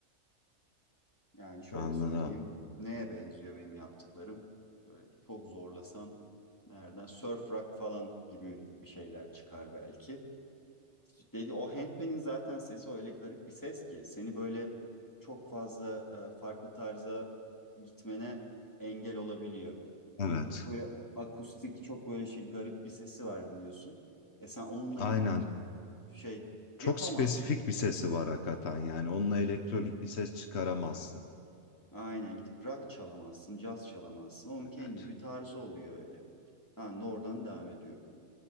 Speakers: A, on the left; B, on the left.
A: Yani şöyle
B: Anladım.
A: söyleyeyim. Neye benziyor benim yaptıklarım? Böyle çok zorlasan nereden? Surf rock falan gibi bir şeyler çıkar belki. Dedi o handpan'in zaten sesi öyle garip bir ses ki seni böyle çok fazla e, farklı tarza gitmene engel olabiliyor.
B: Evet.
A: Çünkü çok böyle akustik, çok böyle şey garip bir sesi var biliyorsun. E sen onunla
B: Aynen.
A: gidip şey
B: Çok
A: yapamazsın.
B: spesifik bir sesi var hakikaten yani. Onunla elektronik
A: Aynen.
B: bir ses çıkaramazsın.
A: Aynen gidip rock çalamazsın, caz çalamazsın. Onun
B: Evet.
A: kendi bir tarzı oluyor öyle. Ben de oradan devam ediyorum.